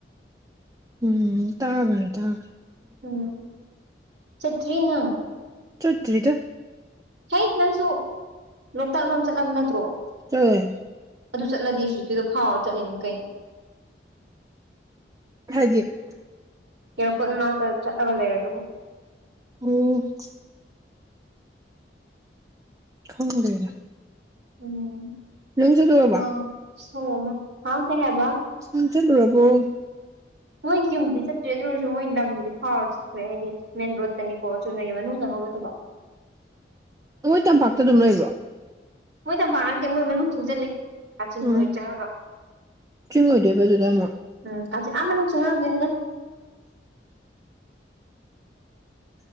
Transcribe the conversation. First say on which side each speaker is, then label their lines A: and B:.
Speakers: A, on the right; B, on the right.
A: ꯎꯝ ꯇꯥꯒꯔꯦ ꯇꯥꯒꯔꯦ
B: ꯎꯝ ꯆꯠꯇ꯭ꯔꯤꯅꯦ
A: ꯆꯠꯇ꯭ꯔꯤꯗꯥ
B: ꯍꯩ ꯅꯪꯁꯨ ꯂꯣꯛꯇꯥꯛ ꯂꯣꯝ ꯆꯠꯂꯕ ꯅꯠꯇ꯭ꯔꯣ
A: ꯇꯦꯟ
B: ꯑꯗꯨ ꯆꯠꯂꯗꯤ ꯍꯧꯖꯤꯀꯤꯗꯣ ꯐꯥꯎꯔ ꯆꯠꯂꯤꯅꯦ ꯀꯩꯟ
A: <unintelligible>
B: ꯏꯔꯄꯣꯠꯅꯥꯛꯇ ꯆꯠꯂꯒ ꯂꯩ ꯑꯗꯨꯕꯨ
A: ꯎꯝ ꯈꯪꯗꯦꯗ
B: ꯎꯝ
A: ꯆꯠꯂꯨꯔꯕꯣ
B: ꯁꯣ ꯍꯥꯎ ꯀꯩ ꯍꯥꯏꯕ
A: ꯎꯝ ꯆꯠꯂꯣ ꯕꯕꯨ
B: ꯃꯣꯏꯒꯤ ꯌꯨꯝꯗꯨꯗꯤ ꯆꯠꯇ꯭ꯔꯦ ꯑꯗꯨ ꯑꯣꯏꯔꯁꯨ ꯃꯣꯏ ꯂꯝꯗꯨꯗꯤ ꯐꯥꯎꯔꯁꯤꯦ <unintelligible> ꯃꯦꯟ ꯔꯣꯗꯇꯅꯤꯀꯣ ꯆꯨꯝꯅꯩꯕ ꯅꯨꯡ ꯆꯪꯉꯕꯗꯨꯕ
A: ꯃꯣꯏ ꯇꯝꯄꯥꯛꯇ ꯑꯗꯨꯝ ꯂꯩꯕ꯭ꯔꯣ
B: ꯃꯣꯏ ꯇꯝꯄꯥꯛ ꯅꯠꯇꯦ ꯃꯣꯏ ꯃꯅꯨꯡ ꯆ ꯆꯠꯂꯦ ꯀꯥꯆꯤꯟ
A: ꯎꯝ
B: ꯃꯣꯏ ꯆꯪꯉꯒ
A: ꯆꯤꯡ ꯑꯣꯏꯗꯣꯏꯕꯗꯨꯗ ꯑꯃꯨꯛ
B: ꯎꯝ ꯀꯦ ꯑꯃꯃꯅ ꯆꯨꯅꯦꯅꯤ